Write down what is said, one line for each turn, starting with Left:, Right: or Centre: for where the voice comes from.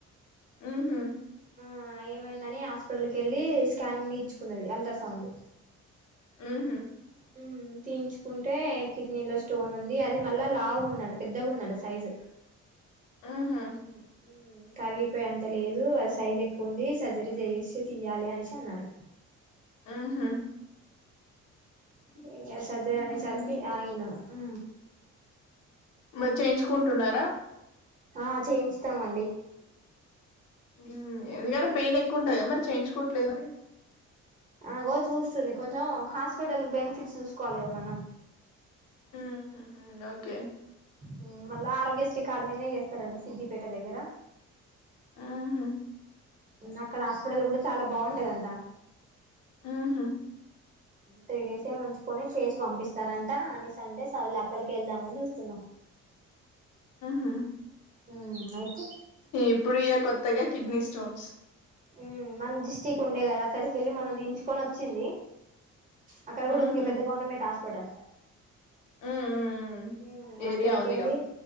Left: మ్ హమ్
Right: ఆ ఏమైందని హాస్పిటల్కి వెళ్ళి స్కానింగ్ ఇచ్చుకున్నది అల్ట్రాసౌండ్
Left: ఉహు
Right: హు తీయించుకుంటే కిడ్నీ లో స్టోన్ ఉంది అది మళ్ళా లాగుందంట పెద్దగుందంట సైజు
Left: ఆహా
Right: ఉ ఉ కరిగిపోయెంత లేదు అ సైజ్ ఎక్కువుంది సర్జరీ చేసి తీయాలి అనేసి అన్నారు
Left: ఆహ
Right: ఉ ఇగ సర్జరీ
Left: మ్మ్
Right: అనేసరికి ఆగినం ఆ
Left: మరి చేయించుకుంటున్నారా
Right: ఆ చేయించుతామండి
Left: హు ఎందుకంటే పెయిన్ ఎక్కువ ఉంటాది కదా మరి చేయించుకోవట్లేదు మరి
Right: అగో చూస్తుంది కొంచెం హాస్పిటల్ బెనిఫిట్స్ చూసుకోవాలి కదా మనం
Left: మ్ హు మ్ ఓకే
Right: హు మళ్ళా ఆరోగ్యశ్రీ కార్డు మీదనే చేస్తారంట సిద్దిపేట దగ్గర
Left: మ్మ్ హు
Right: అక్కడ హాస్పిటల్ కూడా చాలా బాగుంటదంటా
Left: మ్మ్ హు
Right: త్రీ డేస్ ఉంచుకొని చేసి పంపిస్తారంట అనెస్ అంటే సరేలే అక్కడికే వెళ్దామని చూస్తున్నాం
Left: మ్మ్.
Right: హు ఉ అయిత్
Left: ఇప్పుడు ఇగా కొత్తగా కిడ్నీ స్టోన్స్
Right: హు మన డిస్టిక్ ఉండే కదా అక్కడికి వెళ్ళి మొన్న తీయించుకొని వచ్చింది అక్కడ
Left: మ్మ్
Right: కూడా ఉంది పెద్ద గవర్నమెంట్స్ అస్ పటల్
Left: మ్మ్
Right: హు
Left: ఏరియా
Right: అక్కడికెళ్ళి
Left: ఉందిగా